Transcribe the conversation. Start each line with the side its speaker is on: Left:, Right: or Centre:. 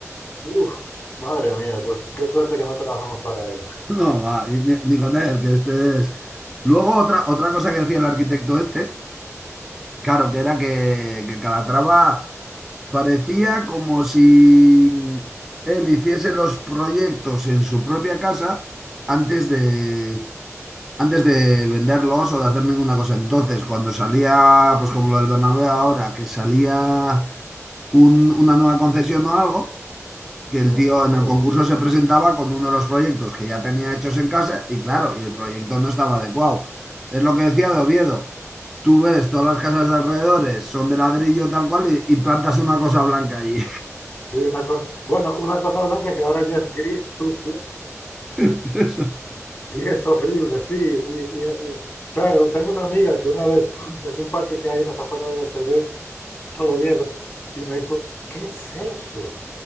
Left: Uf, madre mía, pues qué suerte que no trabajamos para él.
Centre: <laughs> No, va, y ni, ni con él, que este es... Luego, otra, otra cosa que decía el arquitecto este. Claro, que era que, que Calatrava parecía como si él hiciese los proyectos en su propia casa antes de, antes de venderlos o de hacer ninguna cosa. Entonces, cuando salía, pues como lo del Bernabéu ahora, que salía un- una nueva concesión o algo, que el
Left: Oh,
Centre: tío en el concurso se presentaba con uno de los proyectos que ya tenía hechos en casa y claro, y el proyecto no estaba adecuado. Es lo que decía de Oviedo. Tú ves todas las casas de alrededores, son de ladrillo tal cual y, y plantas una cosa blanca allí.
Left: sí, una cosa, bueno, una cosa blanca que ahora ya es gris sucio
Centre: <laughs> Eso.
Left: y es horrible, sí. Y, y, eh, claro, tengo una amiga que una vez, <clears throat> desde un parque que hay en las afueras de OCB, todo Oviedo. Y me dijo, ¿qué es eso?